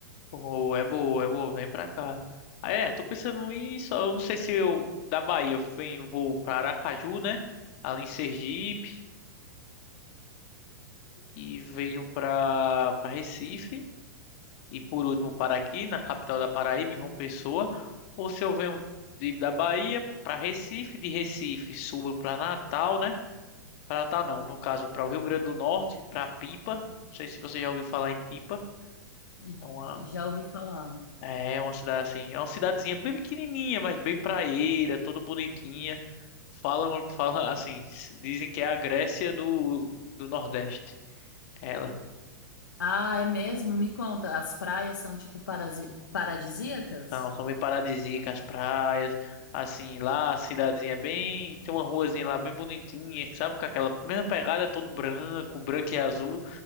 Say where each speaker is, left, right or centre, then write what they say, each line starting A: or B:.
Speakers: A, on the left; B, on the left.
A: pô, é boa, é boa, vem pra cá. Aí é, tô pensando nisso, eu não sei se eu da Bahia venho, vou pra Aracaju, né? Ali em Sergipe. e venho para para Recife e por último para aqui na capital da Paraíba, em João Pessoa, ou se eu venho de- da Bahia para Recife, de Recife subo para Natal, né? Para Natal não, no caso para o Rio Grande do Norte, para Pipa. Não sei se você já ouviu falar em Pipa.
B: E-
A: É uma
B: e Já ouvi falar.
A: é é uma cidade assim, é uma cidadezinha bem pequenininha, mas bem praieira, toda bonitinha. Falam, falam assim, dizem que é a Grécia do do Nordeste. Ela
B: Ah, é mesmo? Me conta, as praias são tipo parasi- paradisíacas?
A: São, são bem paradisíacas as praias. Assim, lá a cidadezinha é bem. Tem uma ruazinha lá bem bonitinha, sabe? Com aquela mesma pegada, todo branco, branco e azul